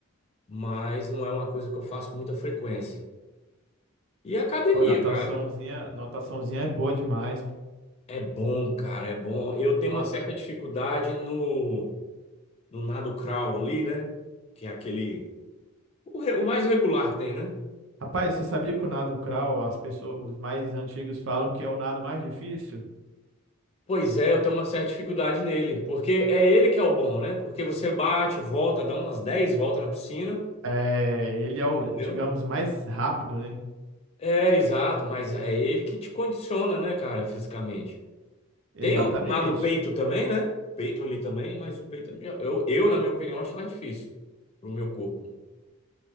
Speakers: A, on the left (about 30°); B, on the right (about 60°).
A: mas não é uma coisa que eu faço com muita frequência. E academia,
B: Pô, nataçãozinha,
A: cara,
B: nataçãozinha é boa demais. pô.
A: é bom, cara, é bom. Eu tenho
B: Nossa.
A: uma certa dificuldade no, no nado crawl ali, né? Que é aquele, o re- o mais regular que tem, né?
B: Rapaz, você sabia que o nado crawl, as pessoas, os mais antigos falam que é o nado mais difícil?
A: Pois é, eu tenho uma certa dificuldade nele, porque é ele que é o bom, né? Porque você bate, volta, dá umas 10 voltas na piscina,
B: É, ele é o,
A: entendeu?
B: digamos, mais rápido, né?
A: É, exato, mas é ele que te condiciona, né, cara, fisicamente.
B: Exatamente.
A: Tem o nado peito também, né? Peito ali também, mas o peito, já- eu, eu, na minha opinião, acho mais difícil pro meu corpo.